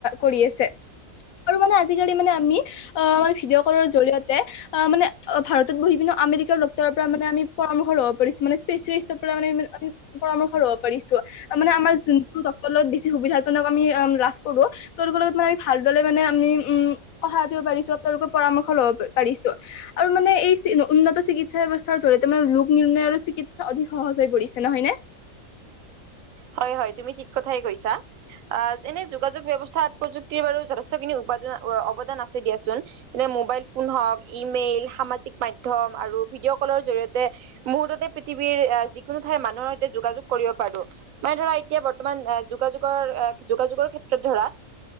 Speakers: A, on the left (about 80°); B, on the right (about 75°).
A: কৰি আছে। আৰু মানে আজিকালি মানে আমি অ ম ভিডিঅ' কলৰ জৰিয়তে অ মানে ভাৰতত বহি পি- আমেৰিকা ডক্তৰৰ পৰা মানে আমি পৰামৰ্শ লব পাৰিছো। মানে স্পেয়েলিষ্টৰ পৰা মানে আমি পৰামৰ্শ ল'ব পাৰিছোঁ। মানে আমাৰ যোন- <unintelligible> লগত বেছি সুবিধাাজনক আমি অ লাভ কৰো। তেওঁলোকৰ লগত মানে আমি ভালদৰে মানে আমি উম- কথা পাতিব পাৰিছো। তেওঁলোকৰ পৰামৰ্শ ল'ব পাৰিছো আৰু মানে এই উন্নত চিকিৎসা ব্যৱস্থা জৰিয়তে মানে লোক- নিৰ্ণয় আৰু চিকিৎসা অধিক সহজ হৈ পৰিছে নহয়নে।
B: হয় হয় তুমি ঠিক- কথাই কৈছা। আহ এনে যোগাযোগ ব্যয়ৱস্থাত প্ৰযুক্তিৰ বাৰু যথেষ্টখিনি উৰ্পাজনৰ অৱদান আছে- দিয়াচোন যেনে মোবাইল ফোন হ'ক, ইমেইল, সামাজিক মাধ্যম আৰু ভিডিঅ' কলৰ জৰিয়তে- মুহুৰ্ততে পৃথিৱীৰ যিকোনো ঠাইৰ মানুহৰ সৈতে যোগাযোগ কৰিব পাৰো। মানে ধৰা এতিয়া বৰ্তমান যোগাযোগৰ যোগাযোগৰ ক্ষেত্ৰত ধৰা-